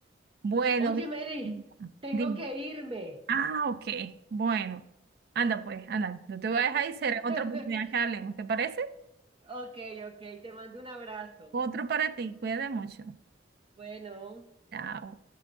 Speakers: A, on the right; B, on the right.
A: Bueno,
B: Oye,
A: vi-
B: Mary, tengo
A: dime.
B: que irme.
A: Ah, ok. Bueno, anda pues, anda. No te voy a dejar y será otra
B: <laughs>
A: oportunidad que hablemos. ¿Te parece?
B: Ok, ok, te mando un abrazo.
A: Otro para ti. Cuídate mucho.
B: Bueno.
A: Chao.